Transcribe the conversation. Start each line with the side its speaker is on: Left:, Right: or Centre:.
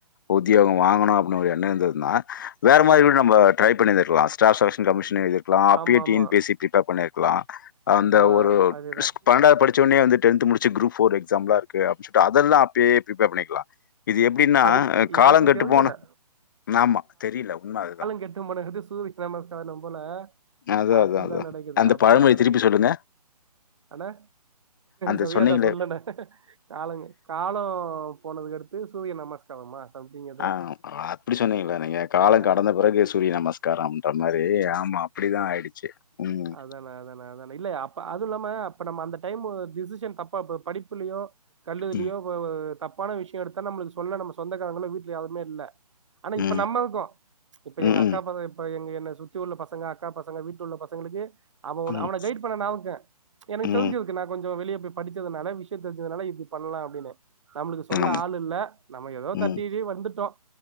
Left: உத்தியோக வாங்கணு ஒரு எண்ண இருந்துதுன்னா வேற
Right: ஆ
Left: மாரி நம்ம ட்ரை பண்ணிருந்திருக்குலா ஸ்டாஃப் செலக்ஷன் கமிஷன் எது குலா அப்பி
Right: ஆமா ஆமா
Left: டீ என் பீ சி பிரிப்பேர் பண்ணியிருக்கலா அந்த
Right: ஆ
Left: ஒரு
Right: அதேதா
Left: பன்னெண்டாவது படிச்சவனே வந்து டென்த் முடி ச்சு குரூப் ஃபோர் எக்ஸாம்லா இருக்கு அப்டி சொல்ட்டு அதெல்லா அப்டியே ப்ரிப்பேர் பண்ணிக்கலா இது எப்டின்னா
Right: அது
Left: அ காலம்
Right: யாருக்கு
Left: கெட்டு
Right: தெரியல
Left: போணு ஆமா தெரில உண்ம அதுதா
Right: கெட்டும் போன எடத்து ஷூ விக்கிற நமஸ்தானம் போல
Left: அதான்,
Right: அப்டிதா
Left: அதான், அதான்.
Right: நடக்குது
Left: அந்த
Right: அப்டிதா
Left: பழமொழி
Right: நடக்குது
Left: திருப்பி சொல்லுங்க.
Right: அணே
Left: அந்த
Right: சரியா
Left: சொன்னீங்களே,
Right: தா சொல்லணே காலங்க காலோ போனதுக்கு அடுத்து சூரிய நமஸ் நமஸ்காரமா சம்திங்க
Left: ஆ அ அப்டி சொன்னீங்களா நீங்க காலங்
Right: ஆ
Left: கடந்த பிறகு சூரிய நமஸ்காரம்ன்ற மாரி அ ஆமா அப்டிதா ஆயிடுச்சு ம்,
Right: அதாணே அதாணே அதாணே இல்ல அப்ப அது இல்லாம அப்ப நம்ம அந்த டைம்மு டிசிஷன் தப்பாப்ப படிப்புலயோ கல்லூரிலயோ
Left: ம்,
Right: வ வ தப்பான விஷ்யோ எடுத்தா நம்மளுக்கு சொல்ல நம்ம சொந்தக்காரங்களு வீட்ல யாருமே இல்ல ஆனா இப்ப
Left: ம்,
Right: நம்மளுக்கு இப்ப
Left: ம்,
Right: எங்க அக்கா ப இப்ப எங்க என்ன சுத்தி உள்ள பசங்க அக்கா பசங்க வீட்டு உள்ள பசங் பசங்களுக்கு அவ ஒன
Left: ம்,
Right: அவன கைடு பண்ண நா இருக்கே எனக்கு
Left: ம்,
Right: தெருஞ்சுரு
Left: ம்.
Right: நா கொஞ்சோ வெளிய போய் படிச்சதுனால விஷய தெரிஞ்சதுனால இப்ப பண்லா அப்டின்னு நம்ளுக்கு சொல்ல
Left: ஆமா,
Right: ஆள் இல்ல நம்ம ஏதோ
Left: ம்,
Right: தட்டுயேறி வந்துட்டோ